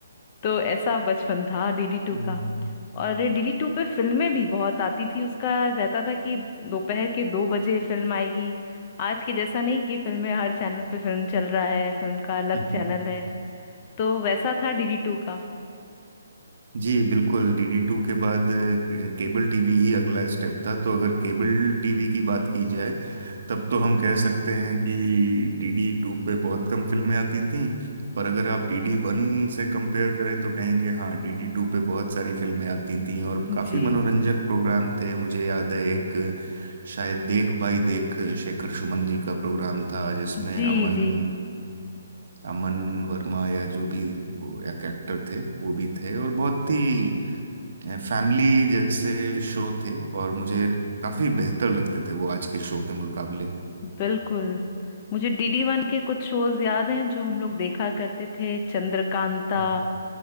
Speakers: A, on the left; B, on the right.
A: तो ऐसा बचपन था डीडी टू
B: हम्म,
A: का और डीडी टू पे फिल्में भी बहुत आती थी उसका रहता था कि दोपहर के दो बजे फिल्म आएगी आज के जैसा नहीं कि फिल्में हर चैनल पे फिल्म चल रहा है फिल्म का अलग
B: हम्म,
A: चैनल है तो वैसा था डीडी टू का
B: जी बिल्कुल डीडी टू के बाद अ, केबल टीवी ही अगला स्टेप था तो अगर केबल टीवी की बात की जाए तब तो हम कह सकते हैं कि डीडी टू पे बहुत कम फिल्में आती थीं पर अगर आप डीडी वन से कंपेयर करें तो कहेंगे हाँ डीडी टू पे बहुत सारी फिल्में आती थीं और काफ़ी
A: जी
B: मनोरंजक प्रोग्राम थे मुझे याद है एक शायद देख भाई देख शेखर सुमन जी का प्रोग्राम था जिसमें
A: जी
B: अमन
A: जी
B: अमन वर्मा या जो भी वो एक एक्टर थे वो भी थे और बहुत ही फैमिली जैसे शो थे और मुझे काफी बेहतर लगते थे वो आज के शो के मुकाबले
A: बिल्कुल मुझे डीडी वन के कुछ शोज याद हैं जो हम लोग देखा करते थे चंद्रकांता
B: हम्म।